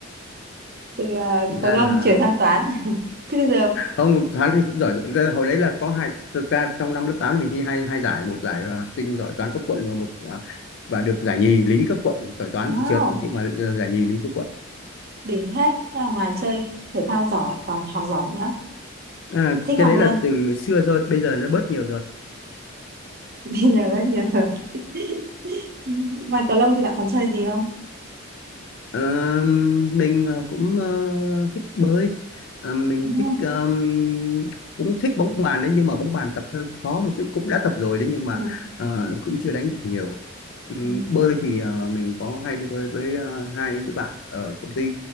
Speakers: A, on the right (about 45°); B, on the left (about 60°).
A: từ ờ,
B: thành
A: có
B: ra
A: lâm
B: là
A: chuyển sang toán Thế bây giờ,
B: không toán thì cũng giỏi giỏi. Ra hồi đấy là có hai thực ra trong năm lớp 8 mình thi hai hai giải một giải ờ, học sinh giỏi toán cấp quận và một ờ, và được giải nhì lý cấp quận giỏi toán
A: wow,
B: thì trượt nhưng mà ờ, giải nhì lý cấp quận
A: đỉnh thế. Thế là ngoài chơi thể thao giỏi, còn học giỏi nữa.
B: à,
A: Thích
B: cái
A: học
B: đấy
A: luôn.
B: là từ xưa rồi bây giờ nó bớt nhiều rồi
A: <laughs> Bây giờ rất nhiều rồi. <laughs> Ngoài cầu lông thì bạn còn chơi gì không?
B: Ờ, mình ờ, cũng ờ, thích bơi Ờ, mình
A: Đúng
B: thích
A: không?
B: ờm, cũng thích bóng bàn đấy nhưng mà bóng bàn tập hơi khó một chút cũng đã tập rồi đấy nhưng mà
A: Ừ.
B: ờ, cũng chưa đánh được nhiều Ừm,
A: Ừ.
B: bơi thì ờ, mình có hay đi bơi với ờ, hai đứa bạn ở công ty